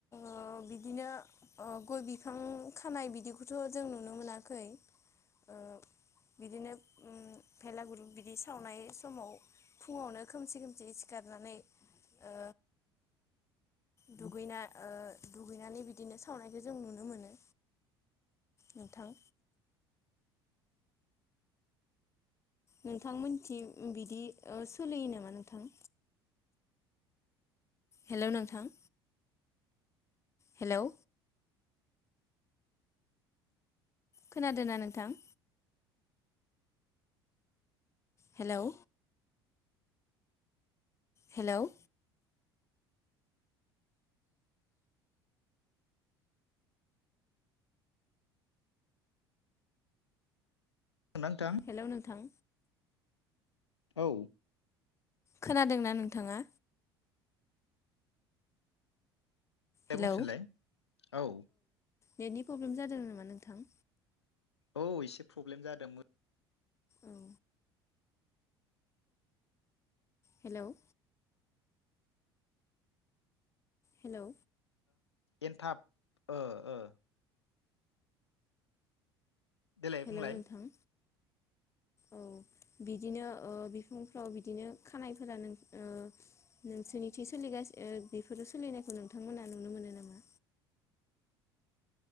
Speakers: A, on the left; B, on the left.
A: अ बिदिनो अ गय बिफां- खानाय बिदिखुद। थ' जों नुनो मोनाखै ओ बिदिनो उम भेलागुरु बिदि सावनाय समाव फुङावनो खोमसि खोमसि सिखारनानै ओ दुगैना ओ दुगैनानै बिदिनो सावनायखौ जों नुनो मोनो नोंथां। नोंथां मिथि बिदि ओ सोलियो नामा नोंथां? हेल' नोंथां। हेलौ खोनादोंना नोंथां। हेलौ। हेलोव
B: नोंथां
A: हेलौ नोंथां
B: औ।
A: खोनादोंना नोंथाङा।
B: दे
A: हेलौ
B: बुंफिनलाय औ।
A: नेटनि प्रब्लेम जादों नामा नोंथां।
B: औ एसे प्रब्लेम जादों मो
A: औ हेलोव हेलौ।
B: एनथाब ओ ओ। देलाय
A: हेलौ
B: बुंलाय
A: नोंथां औ बिदिनो ओ बिफांफ्राव बिदिनो खानायफोरानो ओ नोंसोरनि थि ओ सोलिगानो ओ बेफोरो सोलिनायखौ नोंथांमोना नुनो मोनो नामा?